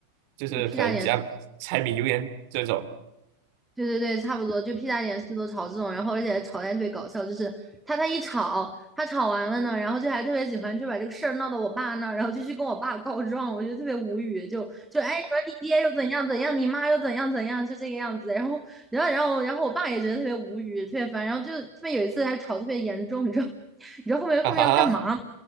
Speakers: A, on the right; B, in the centre.
A: 就是可能讲柴米油盐这种。
B: 就屁大点事。对对对，差不多，就屁大点事都吵这种，然后而且吵得还特别搞笑，就是他他一吵，他吵完了呢，然后就还特别喜欢就把这个事儿闹到我爸那儿，然后就去跟我爸告状，我就特别无语，就就哎，你说你爹又怎样怎样，你妈又怎样怎样，就这个样子，然后然后然后然后我爸也觉得特别无语，特别烦，然后就特别有一次还吵得特别严重，你知道 <laughs> 你知道后面后面要干嘛吗？
A: 啊哈，